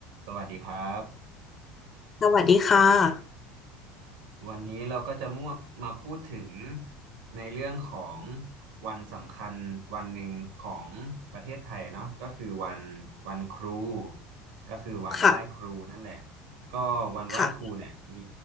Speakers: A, on the right (about 75°); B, on the left (about 35°).
A: สวัสดีครับ
B: สวัสดีค่ะ
A: วันนี้เราก็จะมั่วมาพูดถึงในเรื่องของวันสำคัญวันหนึ่งของประเทศไทยเนาะก็คือวันวันครูก็คือวันไหว้ครูนั่นแหละ
B: ค่ะ
A: ก็วันไหว้ครูเนี่ยมี
B: ค่ะ